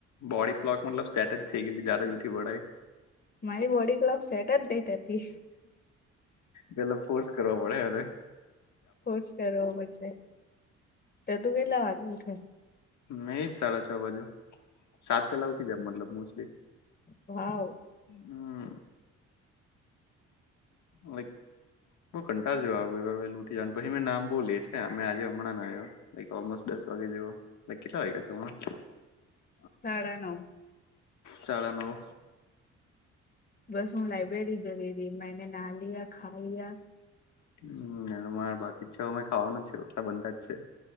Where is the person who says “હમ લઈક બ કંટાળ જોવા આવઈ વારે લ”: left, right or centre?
Left